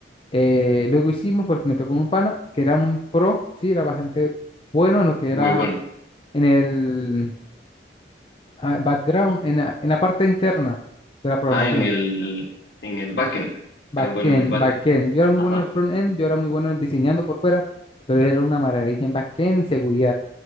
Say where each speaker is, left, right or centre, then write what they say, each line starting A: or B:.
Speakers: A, on the left; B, on the left.
A: Eh, luego hicimos, porque me tocó un pana, que era un pro, sí, era bastante bueno en lo que era
B: Muy bueno.
A: en el ah, background, en la, en la parte interna de la programación.
B: Ah, en el, en el backend.
A: Backend,
B: Era bueno en el backend.
A: backend. Yo era muy
B: Ajá,
A: bueno en frontend, yo era muy bueno en diseñando por fuera, pero era una maravilla en backend y seguridad.